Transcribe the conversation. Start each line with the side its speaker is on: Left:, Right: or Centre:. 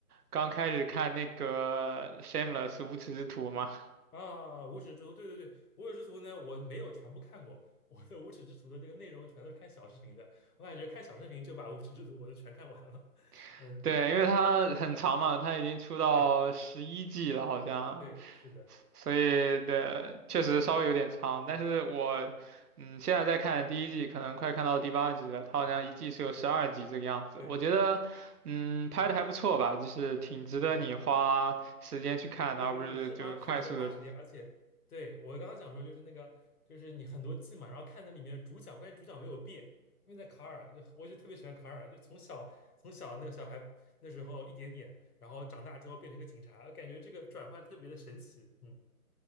Right: 刚开始看那个《Shameless》无耻之徒嘛，
Left: 啊，无耻之徒，对对对，无耻之徒呢，我没有全部看过，我的无耻之徒的这个内容全都是看小视频的，我感觉看小视频就把无耻之徒我都全看完了。<laughs>
Right: <laughs>
Left: 嗯，
Right: 对，因为它很长嘛，它已经出到十一季了，
Left: 对
Right: 好像。
Left: 对，是的，
Right: 所以的确实稍微有点长，但是我嗯现在在看第一季，可能快看到第八集了，它好像一季是有十二集这个样子，
Left: 嗯，对对
Right: 我觉得嗯拍的还不错吧，就是挺值得你花时间去看的，
Left: 是的。对对对，
Right: 而不是就快速的。
Left: 是花是值得花时间，而且对我刚刚想说就是那个就是你很多季嘛，然后看那里面的主角，关键主角没有变，他们在卡尔，就我就特别喜欢卡尔，就从小从小那个小孩那时候一点点，然后长大之后变成个警察，感觉这个转换特别的神奇，嗯，